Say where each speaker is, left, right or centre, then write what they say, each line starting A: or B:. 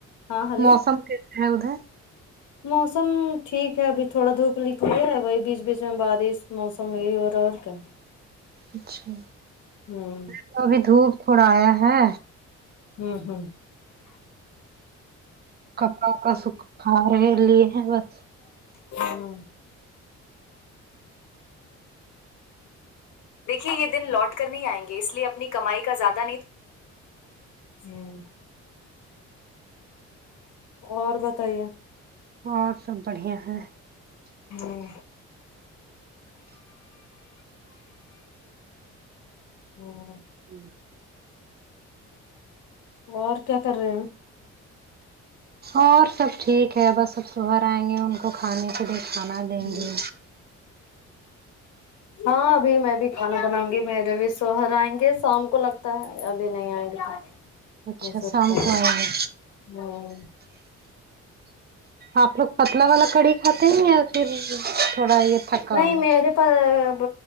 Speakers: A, on the left (about 75°); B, on the right (about 35°).
A: ہاں ہیلو
B: موسم کیسا ہے ادھر
A: موسم ٹھیک ہے ابھی تھوڑا دھوپ نکلی اور ہے وہی بیچ بیچ میں بارش موسم یہی ہو رہا ہے اور کیا
B: اچھا
A: ہوں
B: تو ابھی دھوپ تھوڑا آیا ہے
A: ھمم ھمم
B: کپڑا کو سکھ کھا رہے لیے ہیں بس
A: ھمم دیکھیے یہ دن لوٹ کر نہیں آئیں گے اس لیے اپنی کمائی کا زیادہ نہیں تو ھمم اور بتائیے
B: اور سب بڑھیا ہے
A: ھمم ھمم
B: <unintelligible>
A: اور کیا کر رہے ہیں
B: اور سب ٹھیک ہے بس اب شوہر آئیں گے ان کو کو کھانے کے لیے کھانا دیں
A: ہوں
B: گے
A: ہاں ابھی میں بھی کھانا بناؤں گی میرے بھی شوہر آئیں گے شام کو لگتا ہے ابھی نہیں آئیں گے
B: اچھا
A: تو ہو سکتا
B: شام کو
A: ھمم
B: آئیں گے آپ لوگ پتلا والا کڑی کھاتے ہیں یا پھر تھوڑا یہ تھکا
A: نہیں
B: والا
A: میرے پا اب